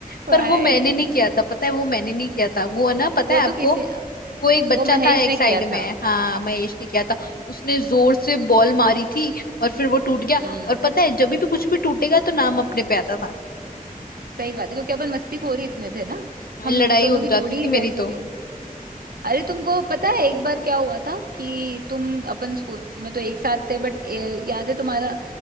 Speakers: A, on the right (about 85°); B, on the left (about 85°).
A: भाई
B: पर वो मैंने नहीं किया था पता है वो मैंने नहीं किया था वो है ना पता
A: वो
B: है
A: तो
B: आपको
A: किसी
B: वो एक बच्चा
A: वो महेश
B: था एक
A: ने
B: साइड
A: किया
B: में
A: था
B: हाँ महेश ने किया था उसने जोर से बॉल मारी थी और फिर वो टूट गया
A: हम्म
B: और पता है जब भी कुछ भी टूटेगा तो नाम अपने पे आता था
A: सही बात है क्योंकि अपन मस्ती खोर ही इतने थे ना हम
B: लड़ाई
A: दोनों
B: हो
A: की जोड़ी
B: जाती
A: ही
B: थी
A: वैसी
B: मेरी तो
A: थी अरे तुमको पता है एक बार क्या हुआ था कि तुम अपन स्कूल में तो एक साथ थे बट याद है तुम्हारा